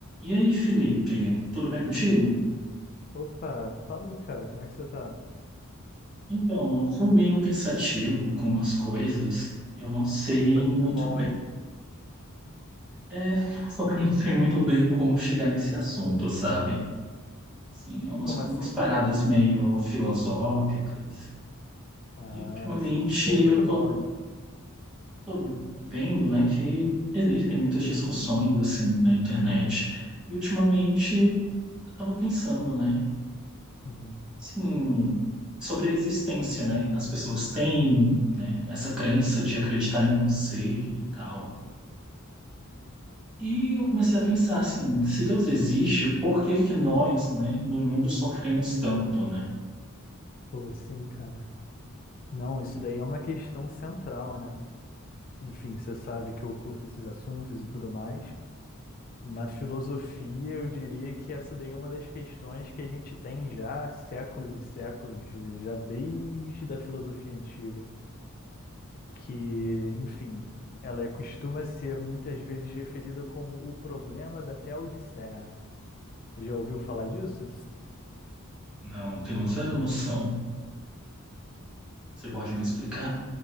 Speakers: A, in the centre; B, on the left (about 40°).
A: E aí, Felipe, tudo bem contigo?
B: Opa, fala aí, cara, como é que você tá?
A: Então, eu fui meio pensativo com umas coisas. Eu não sei
B: Pô, isso
A: muito
B: é bom,
A: bem.
B: hein?
A: É, <laughs> só que eu não sei muito bem como chegar nesse assunto, sabe? Sim, umas,
B: Como
A: umas
B: assim?
A: paradas meio filosóficas.
B: Ah,
A: E ultimamente
B: isso, isso daí
A: eu
B: é muito
A: tô,
B: bom, hein?
A: tô vendo, né, que existem muitas discussões assim na internet. E ultimamente eu tava pensando, né?
B: Uhum.
A: Sim, sobre a existência, né? As pessoas têm, né, essa crença de acreditar em um ser e tal. E eu comecei a pensar assim, se Deus existe, por que que nós, né, no mundo sofremos tanto, né?
B: Pô, sim, cara. Não, isso daí é uma questão central, né? Enfim, você sabe que eu curto esses assuntos e tudo mais. Na filosofia, eu diria que essa daí é uma das questões que a gente tem já há séculos e séculos, já desde a filosofia antiga, que, enfim, ela é- costuma ser muitas vezes referida como o problema da Teodiceia. Já ouviu falar disso?
A: Não, tenho zero noção. Você pode me explicar?